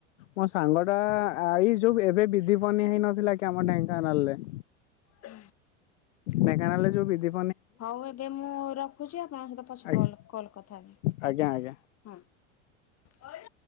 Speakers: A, on the left; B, on the left.
A: ମୋ ସାଙ୍ଗ ଟା ଆଇ ଯୋଉ ଏବେ ବିଧି ପନି ହେଇନଥିଲା କି ଆମ ଢେଙ୍କାନାଲରେ
B: ହ।
A: ଢେଙ୍କାନାଳ ଯଉ ବି
B: ହଉ ଏବେ ମୁଁ ରଖୁଛି ଆପଣଙ୍କ
A: ଆଜ୍ଞା
B: ସହିତ ପଛ କଲ
A: ଆଜ୍ଞା ଆଜ୍ଞା।
B: କଥା ହେବି। ହଁ